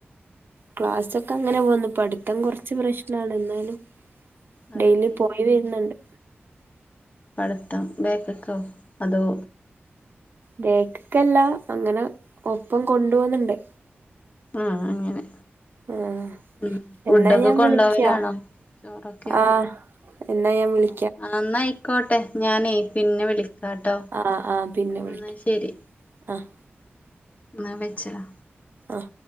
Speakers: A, on the right (about 55°); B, on the left (about 35°).
A: ക്ലാസൊക്കെ അങ്ങനെ പോവ്ന്നു പഠിത്തം കുറച്ച് പ്രശ്നാണ് എന്നാലും
B: അതെന്തേ
A: ഡെയ്ലി പോയി വര്ന്ന്ണ്ട്.
B: പട്ത്തം ബേക്ക്ക്കോ അതോ?
A: ബേക്ക്ക്കല്ല അങ്ങനെ ഒപ്പം കൊണ്ട് പോന്ന്ണ്ട്.
B: ആഹ് അങ്ങനെ.
A: ആഹ്
B: ഉം ഫുഡൊക്കെ
A: എന്നാ ഞാൻ
B: കൊണ്ടോവ
A: വിളിക്കാ
B: ലാണോ ചോറൊക്കെ?
A: ആഹ് എന്നാ ഞാൻ വിളി
B: ആ എന്നായ്ക്കോട്ടെ ഞാനേ പിന്നെ വിളിക്കാട്ടോ
A: ആഹ് ആഹ് പിന്നെ
B: എന്നാ
A: വിളിക്ക
B: ശെരി.
A: ആഹ്
B: എന്നാ വെച്ചളാ.
A: ആഹ്.